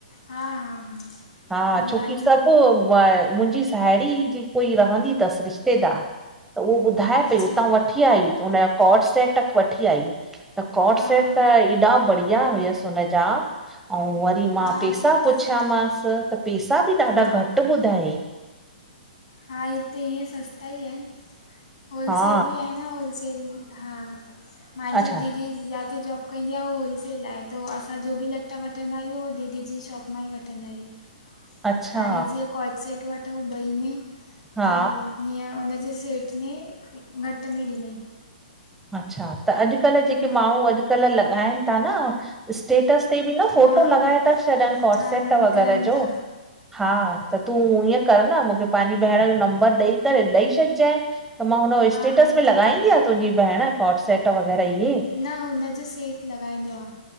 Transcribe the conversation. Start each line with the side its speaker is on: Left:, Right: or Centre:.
Left: हा, हा, हा।
Centre: हा,
Left: ईंदो
Centre: छोकी
Left: आहे न
Centre: सभु पोइ मुंहिंजी साहेड़ी जी कोई रहंदी थसि रिश्तेदार त उहो ॿुध ॿुधाए
Left: अच्छा
Centre: पई उतां वठी आई हुनजा कॉड सेट, वठी आई त कोट
Left: हा
Centre: सेट
Left: हा
Centre: त एॾा बढ़िया हुयसि हुन जा, ऐं <unintelligible>
Left: हा
Centre: मां पैसा
Left: सुठा
Centre: पुछियामांसि
Left: सुठा आहिनि
Centre: त पैसा बि ॾाढा
Left: हा
Centre: घटि ॿुधायंइ।
Left: हा हिते ईअं सस्ता ई आहे होलसेल
Centre: हा
Left: बि आहि होलसेल, हा मांजी
Centre: अच्छा
Left: दीदी जॉ कंदी आहे उह होलसेल आहे, त असां जो बि लटा वठंदा आहियूं उह दीदी जी शॉप मां ई वठंदा आहियूं।
Centre: अच्छा
Left: हाणे जीअं कोच सेट वठूं ॿई में
Centre: हा
Left: त हीअं हुनजे सेठ ने घटि में ॾिनई
Centre: अच्छा त अॼुकल्ह जेके
Left: हा
Centre: माण्हू अॼुकल्ह लॻाइनि था न स्टेटस ते बि न फ़ोटो
Left: हा हा
Centre: लॻाए था छॾनि क्ॉट्सेट
Left: हा न विकिणनि
Centre: वग़ैरह जो
Left: था
Centre: हा त तूं ईअं कर न मूंखे पंहिंजी भेण जो नंबर ॾेई करे ॾेई छॾज त मां हुनो
Left: हा
Centre: स्टेटस
Left: हा हा
Centre: में लॻाईंदी
Left: ठीकु
Centre: आहे तुंहिंजी भेण कोट सेट वग़ैरह इहे
Left: न हुनजो सेठ लॻाईंदो आह।